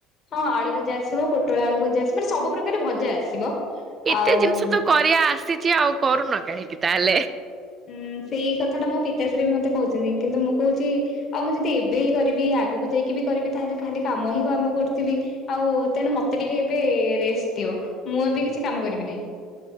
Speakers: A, on the left; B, on the right.
A: ହଁ ଆଳୁ ଭଜା ଆସିବ, ପୋଟଳ ଆଳୁ ଭଜା ଆସିବ, ମାନେ ସବୁ ପ୍ରକାର ଭଜା ଆସିବ।
B: ଏତେ
A: ଆଉ
B: ଜିନିଷ ତ କରିବା ଆସିଛି ଆଉ କରୁନ କାହିଁକି ତାହେଲେ?
A: ଉୁଁ ସେଇ କଥାଟା ମୋ ପିତାଶ୍ରୀ ବି ମତେ କହୁଛନ୍ତି କିନ୍ତୁ ମୁଁ କହୁଛି ଆଉ ମୁଁ ଯଦି ଏବେ ହିଁ କରିବି ଆଗକୁ ଯାଇକି ବି କରିବି ତାହେଲେ ଖାଲି କାମ ହିଁ କାମ କରୁଥିବି। ଆଉ ତେଣୁ ମତେ ଟିକେ ଏବେ ରେଷ୍ଟ ଦିଅ। ମୁଁ ଏବେ କିଛି କାମ କରିବି ନାହିଁ।